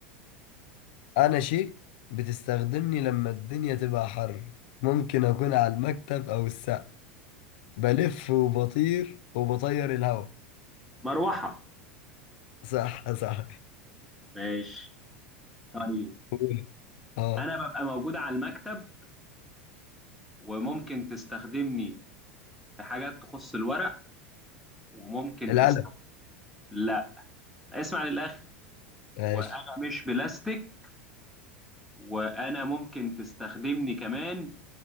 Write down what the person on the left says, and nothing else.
انا شيء بتستخدمني لما الدنيا تبقى حر ممكن اكون على المكتب او السقف بلف وبطير وبطير الهوا
<laughs> صح صح
قول. اه
القلم
ماشي